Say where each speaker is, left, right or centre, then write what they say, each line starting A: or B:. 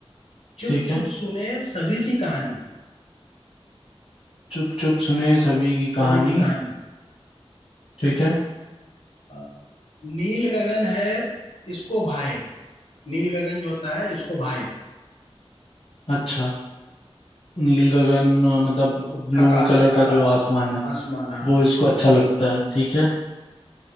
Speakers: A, on the left; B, on the left.
A: चुप
B: ठीक
A: चुप
B: है
A: सुने सभी की कहानी
B: चुप चुप सुने सभी की
A: सभी
B: कहानी
A: की कहानी
B: ठीक है
A: आ, नील गगन है इसको भाए नील गगन जो होता है इसको भाए
B: अच्छा नील गगन अ, मतलब ब्लू
A: आकाश
B: कलर
A: आकाश
B: का जो आसमान है
A: आसमान हाँ
B: वो इसको अच्छा लगता है ठीक है